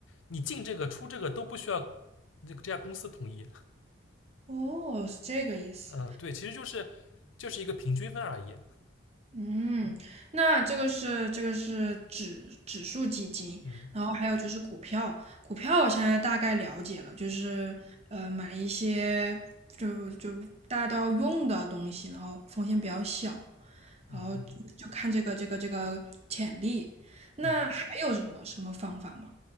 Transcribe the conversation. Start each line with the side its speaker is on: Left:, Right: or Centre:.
Left: 你进这个出这个都不需要这个这家公司同意。
Right: 哦，是这个意思。
Left: 嗯，对，其实就是就是一个平均分而已。
Right: 嗯，那这个是这个是指指数基金，
Left: 嗯
Right: 然后还有就是股票，股票我现在大概了解了，就是呃买一些就就大家都要用的东西，然后风险比较小，
Left: 嗯嗯
Right: 然后就就看这个这个这个潜力。那还有什么什么方法吗？
Left: 嗯